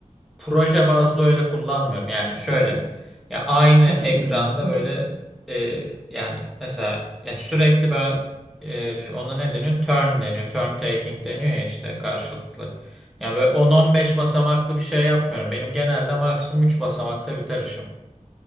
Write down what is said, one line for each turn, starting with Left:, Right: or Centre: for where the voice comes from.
Centre: proje bazlı öyle kullanmıyorum. Yani şöyle ya aynı
Right: Nasıl
Centre: ekranda
Right: kullanıyorsun
Centre: böyle
Right: ki?
Centre: e, yani mesela ya sürekli böyle e, ona ne deniyor? Turn deniyor. Turn taking deniyor ya işte karşılıklı. Ya böyle 10-15 basamaklı bir şey yapmıyorum. Benim genelde maksimum 3 basamakta biter işim.